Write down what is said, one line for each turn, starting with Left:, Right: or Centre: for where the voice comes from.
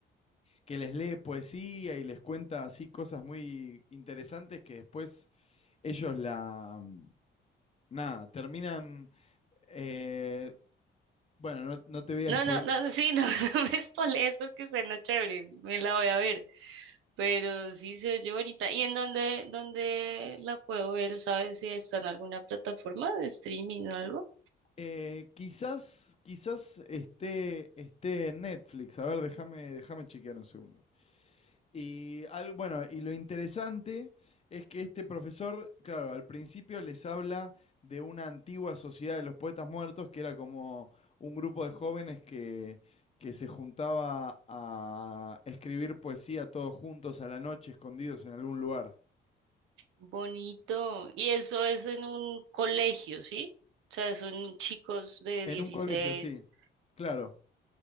Left: que les lee poesía y les cuenta así cosas muy interesantes que después ellos la... mm, Nada, terminan... eh, bueno, no, no te voy a
Right: No,
Left: spoiler.
Right: no, no, <laughs> no, sí, no, <laughs> no me spoilees porque suena chévere, me la voy a ver. Pero sí se oye bonita. ¿Y en dónde, dónde la puedo ver? ¿Sabes si está en alguna plataforma de streaming o algo?
Left: Eh, quizás, quizás esté, esté en Netflix. A ver, déjame, déjame chequear un segundo. Y al- bueno, y lo interesante es que este profesor, claro, al principio les habla de una antigua sociedad de los poetas muertos, que era como un grupo de jóvenes que, que se juntaba a escribir poesía todos juntos a la noche, escondidos en algún lugar.
Right: Bonito. Y eso es en un colegio, ¿sí? O sea, son chicos de
Left: En
Right: dieciséis
Left: un colegio, sí, claro.